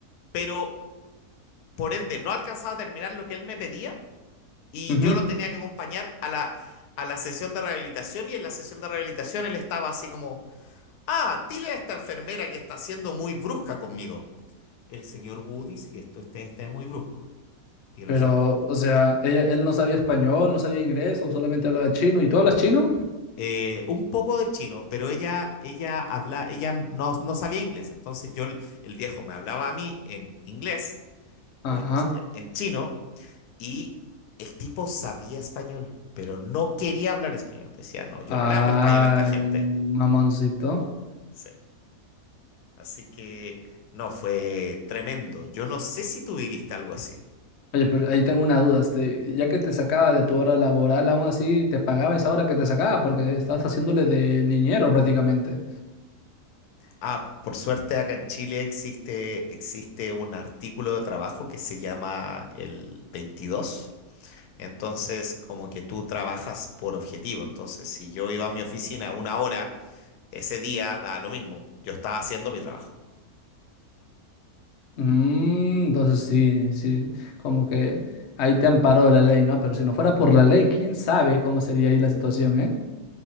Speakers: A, on the left (about 85°); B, on the left (about 60°).
A: pero por ende no alcanzaba a terminar lo que él me pedía y
B: ujú.
A: yo lo tenía que acompañar a la, a la sesión de rehabilitación y en la sesión de rehabilitación él estaba así como, ah, dile a esta enfermera que está siendo muy brusca conmigo. El señor Wu dice que esto este, este es muy brusco y resulta
B: Pero, o sea, ella, él no sabía español, no sabía inglés, o solamente hablaba chino. ¿Y tú hablas chino?
A: eh, un poco de chino, pero ella ella habla, ella no, no sabía inglés, entonces yo el viejo me hablaba a mí en inglés
B: Ajá.
A: o en, ch- en chino y el tipo sabía español, pero no quería hablar español. Decía, no, yo
B: Ah,
A: no le hablo español a esta gente.
B: mamoncito.
A: Sí. Así que no, fue tremendo. Yo no sé si tú viviste algo así.
B: Oye, pero ahí tengo una duda. Este, ya que te sacaba de tu hora laboral, aún así te pagaba esa hora que te sacaba, porque estabas haciéndole de niñero prácticamente.
A: Ah, por suerte acá en Chile existe, existe un artículo de trabajo que se llama el 22. Entonces, como que tú trabajas por objetivo. Entonces, si yo iba a mi oficina una hora, ese día da lo mismo. Yo estaba haciendo mi trabajo.
B: Mm, entonces sí, sí, como que ahí te amparó la ley, ¿no? Pero si no fuera por la ley, quién sabe cómo sería ahí la situación, ¿eh?